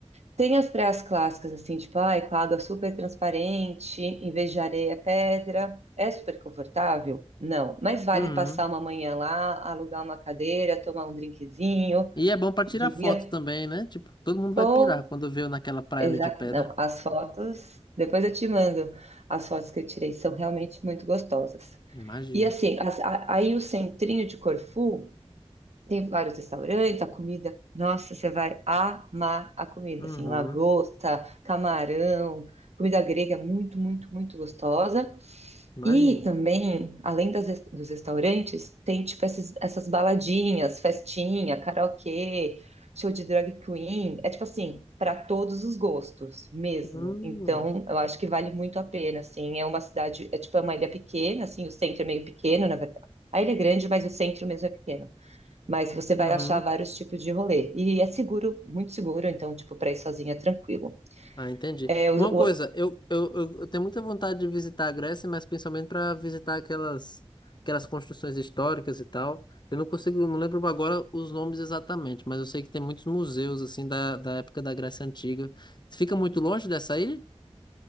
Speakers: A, on the right; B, on the left.
A: Tem as praias clássicas, assim, tipo, ai, com a água super transparente, em vez de areia, é pedra. É super confortável? Não. Mas vale
B: Uhum.
A: passar uma manhã lá, alugar uma cadeira, tomar um drinkzinho
B: E é bom pra tirar
A: de
B: foto
A: manhã?
B: também, né? Tipo, todo mundo
A: Pô,
B: vai pirar quando vê eu naquela praia
A: exato.
B: ali de pedra.
A: Não, as fotos, depois eu te mando. As fotos que eu tirei são realmente muito gostosas.
B: Imagino.
A: E assim, as- a- aí o centrinho de Corfu. Tem vários restaurantes, a comida. Nossa, você vai amar a comida,
B: Uhum,
A: assim, lagosta, camarão, comida grega muito, muito, muito gostosa.
B: imagino.
A: E também, além das, res- dos restaurantes, tem tipo esses essas baladinhas, festinha, karaokê, show de drag queen. É tipo assim, para todos os gostos mesmo.
B: Hum,
A: Então, eu acho que vale muito a pena, assim. É uma cidade, é tipo é uma ilha pequena, assim, o centro é meio pequeno, na verdade. A ilha é grande, mas o centro mesmo é pequeno mas você vai
B: uhum.
A: achar vários tipos de rolê. E é seguro, muito seguro, então, tipo, para ir sozinha é tranquilo.
B: Ah, entendi.
A: É, o-
B: Uma coisa,
A: o-
B: eu, eu, eu, eu tenho muita vontade de visitar a Grécia, mas principalmente para visitar aquelas, aquelas construções históricas e tal. Eu não consigo, eu não lembro agora os nomes exatamente, mas eu sei que tem muitos museus assim da, da época da Grécia Antiga. Fica muito longe dessa ilha?